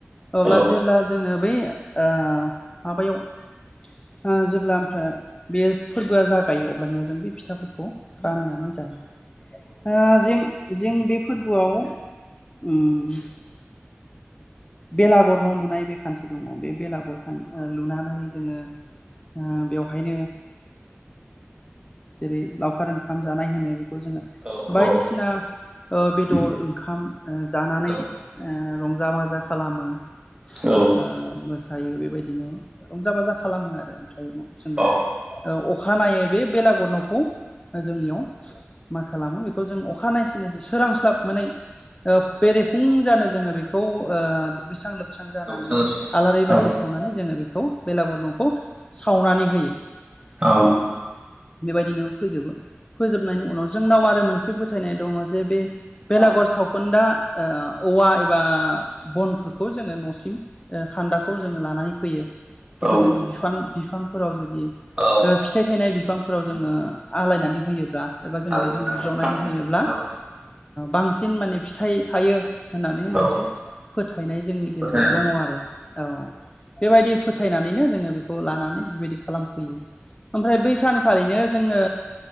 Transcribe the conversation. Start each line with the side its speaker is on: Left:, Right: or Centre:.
Right: औ
Left: अब्ला जेब्ला जोङो बै ओ माबायाव। ओ जेब्ला ओमफ्राय बे फोरबोआ जागायो अब्लानिया जों बै फिथाफोरखौ बानायनानै जा जायो ओ जें जें बे फोरबोआव उम बेलागर न' लुनाय बे खान्थि दङ बे बेलागुर खा लुनानै जोङो ओ बेवहायनो जेरै लावखार ओंखाम जानाय होनो बेखौ जोङो।
Right: औ
Left: बायदिसिना
Right: औ
Left: ओ बेदर
Right: औ
Left: ओंखाम जानानै
Right: उम
Left: ओ रंजा बाजा खालामो ओ
Right: औ
Left: मोस थायो बेबायदिनो रंजा बाजा खालामो आरो ओमफ्राय जोङो
Right: औ
Left: ओ अखानायै बे बेलागुर न'खौ जोंनियाव मा खालामो बेखौ जों अखानायसि नायसि सोरांस्लाब मोनै ओ बेरेफुं जानो जोङो बेखौ ओ
Right: औ
Left: दुगैस्रां लोबस्रां जानानै
Right: सानलासि
Left: आलारि
Right: औ
Left: बाथि सावनानै जोङो बेखौ बेलागुर नोंखौ सावनानै होयो।
Right: औ
Left: बेबायदिनो फोजोबो फोजोबनायनि उनाव जोंनाव आरो मोनसे फोथायनाय दङ जे बे बेलागुर
Right: औ
Left: सा सावखोन्दा ओ औवा एबा बनफोरखौ जोङो न'सिम खान्दाखौ जोङो लानानै फैयो। बेखौ
Right: औ
Left: जोङो बिफां बिफांफोराव जुदि
Right: औ
Left: फिथाइ थायनाय बिफांफोराव जोङो आलायनानै होयोब्ला एबा जों
Right: थारैनो
Left: बेजों बुज्रावनानै
Right: औ खानानै
Left: होयोब्ला
Right: औ
Left: बांसिन माने फिथाइ थायो होननानै मोनसे
Right: औ
Left: फोथायनाय जोंनि
Right: फोथायनाय
Left: गेजेराव दङ
Right: दं
Left: आरो औ बेबायदि फोथायनानैनो जोङो बेखौ लानानै बेबायदि खालामफैयो। ओमफ्राय बै सानखालिनो जोङो